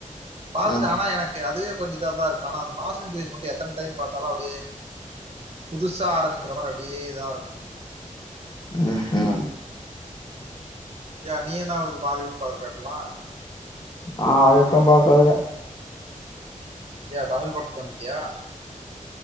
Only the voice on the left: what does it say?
ம்
உஹும்
ஆ ஹாலிவுட்ல பாக்குறதுல்ல